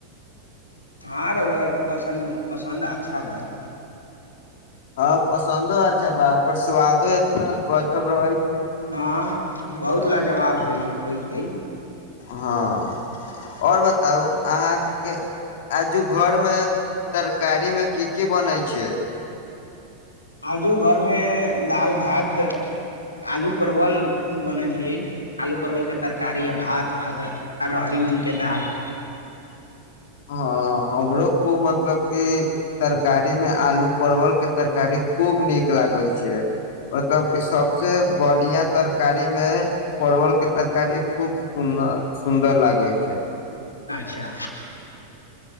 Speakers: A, on the left; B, on the left.
A: ह पसन्द पसन्द अच्छा बए
B: हँ पसन्दो अच छै बा पर स्वादो इतना गजब रहै छै कि
A: हँ
B: हम की
A: बहुत
B: बताउ
A: लाजवाब होइ होइ छै
B: हँ आओर बताउ अहाँके आजु घरमे तरकारीमे की की बनै छै
A: आजू घरमे दालि भात आलू परवल बनल हियै आलू परवलके तरकारी आ भात आ आ रहरि मूँगके दालि
B: हँ हमरो खूब मतलब कि तरकारीमे आलू परवलके तरकारी खूब नीक लागै छै मतलब कि सभसँ बढ़िआँ तरकारीमे परवलके तरकारी खूब सुर सुन्दर लागै छै
A: अच्छा